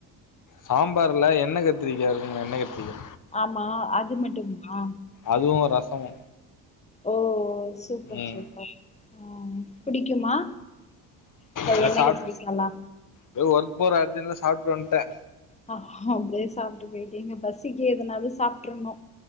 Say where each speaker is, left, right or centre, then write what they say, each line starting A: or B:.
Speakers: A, on the left; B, on the left.
A: சாம்பார்ல எண்ண கத்திரிக்கா இருக்கும்ல எண்ண கத்திரிக்கா
B: ஆமா அது மட்டும்மா
A: அதுவு ரசமோ
B: ஓ சூப்பர்
A: ம்
B: சூப்பர் ம் புடிக்குமா பிடிக்காது
A: எதோ
B: எண்ணெ
A: சாப்
B: கத்ரிக்காலா
A: எதோ ஒர்க் போற அர்ஜன்ட்ல சாப்ட்டு வன்ட
B: ஹா அப்டியே சாப்ட்டு போயிட்டீங்க பசிக்கு எதனாவது சாப்ட்டுருணோ